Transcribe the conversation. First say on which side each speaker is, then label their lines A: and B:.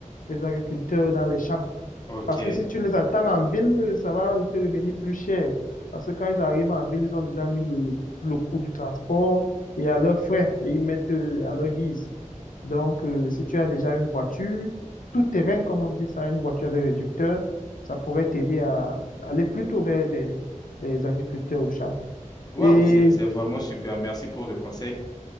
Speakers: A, on the left (about 85°); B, on the left (about 30°).
A: les agriculteurs dans les champs.
B: Ok.
A: Parce que si tu les attends en ville, euh, ça va te revenir plus cher. Parce que quand ils arrivent en ville, ils ont déjà mis le, le coût du transport et à leurs frais et ils mettent euh, à leur guise. Donc, euh, si tu as déjà une voiture, tout terrain, comme on dit ça, une voiture avec réducteur, ça pourrait t'aider à aller plutôt vers les, les agriculteurs au champ.
B: Waouh,
A: Et
B: c'est, c'est vraiment super. Merci pour le conseil.